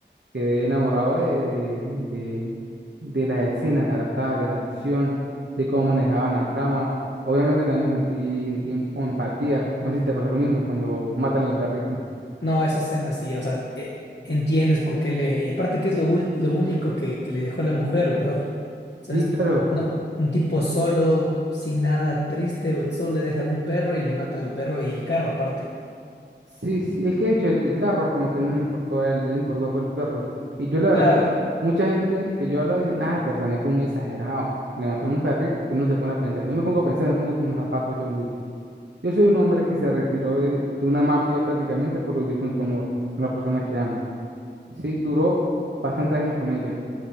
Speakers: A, on the right; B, on the left.
A: Quedé enamorado de, de, de, de las escenas, la verdad, de la acción, de cómo manejaban la trama. Obviamente también me sentí, sentí em- empatía. No sé si te pasó lo mismo cuando matan al perrito.
B: No, esa escena sí, o sea, eh, entiendes por qué le... Y aparte que es lo, ul- lo único que, que le dejó la mujer, ¿verdad? sea,
A: Sí,
B: es,
A: claro.
B: no, un tipo solo, sin nada, triste, o solo le dejan un perro y le matan al perro y el carro aparte.
A: Sí, sí, es que de hecho el, el carro como que no le importó a él, le importó fue el perro. Y yo la verdad,
B: Claro,
A: mucha gente que yo hablaba dicen, ay, pero también fue muy exagerado. Le mataron un perrito, pues uno se pone a pensar. Yo me pongo a pensar, me pongo como unos zapatos John Wick. Yo soy un hombre que se retiró de, de una mafia prácticamente por vivir con su amor, con la persona que ama. Sí, duró bastantes años con ella.